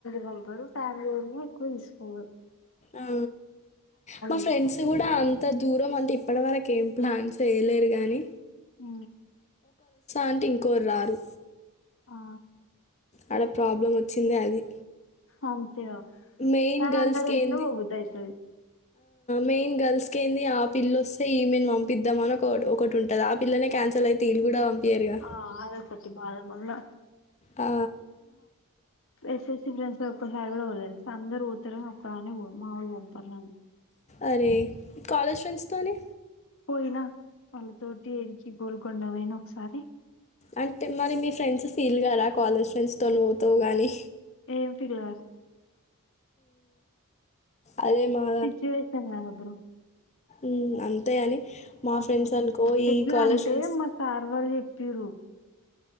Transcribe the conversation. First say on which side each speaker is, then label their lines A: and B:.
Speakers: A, on the left (about 60°); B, on the left (about 30°).
A: కొందరు ఫ్యామిలీని ఎక్కువ తీసుకోపోరు
B: ఆ మా
A: తీసుకుపోతారు
B: ఫ్రెండ్స్ గూడా అం అంత దూరం అంటే ఇప్పటి వరకు ఏం ప్లాన్స్ యేయలేరు గాని
A: ఉ
B: అంటే ఇంకోరు రారు
A: ఆ
B: ఆడ ప్రాబ్లం వచ్చిందే అది
A: అంతే
B: మెయిన్
A: కానీ
B: గర్ల్స్కి
A: అందరెంటనే
B: ఏంది
A: పోబుద్ధిఅవుతాది
B: మెయిన్ గర్ల్స్కి ఏంది ఆ పిల్లొస్తే ఈమెను పంపిద్దామని ఒక ఒకటి ఉంటుంది ఆ పిల్లనే క్యాన్సల్ అయితే ఇది కూడా పంపించరుగా
A: ఆ అదొకటి బాధ మళ్ళా
B: ఆ
A: ఎస్ ఫ్రెండ్స్ ఒక్కసారి గూడా పోలే తెల్సా అందరు పోతరని ఒక్కని మాముళలు పంపారుని
B: అరే కాలేజ్ ఫ్రెండ్స్తోనే
A: పోయినా వాళ్ళతోటి కొండకు పోయిన ఒకసారి
B: అంటే మరి మీ ఫ్రెండ్స్ ఫీల్ కారా కాలేజ్ ఫ్రెండ్స్ తో పోతావు గానీ
A: ఏం ఫిల్ గారు
B: అదే మా
A: సిచువేషన్బ్ర
B: ఉ అంతే అని మా
A: ఆహా
B: ఫ్రెండ్స్ అనుకో ఈ
A: ఎట్లా
B: కాలేజ్
A: అంటే
B: ఫ్రెండ్స్
A: మా సార్ వాళ్ళు జెప్ పిరు